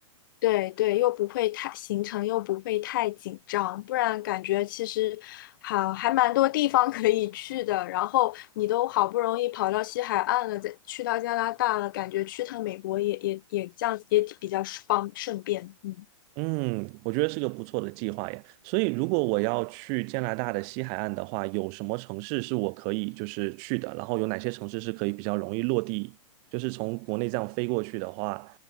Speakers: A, on the left; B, on the right.
A: 对对，又不会太行程又不会太紧张，不然感觉其实好还蛮多地方可以去的。然后你都好不容易跑到西海岸了，再去到加拿大了，感觉去趟美国也也也这样也比较方顺便。嗯。
B: 嗯，我觉得是个不错的计划耶。所以，如果我要去加拿大的西海岸的话，有什么城市是我可以就是去的？然后有哪些城市是可以比较容易落地？就是从国内这样飞过去的话，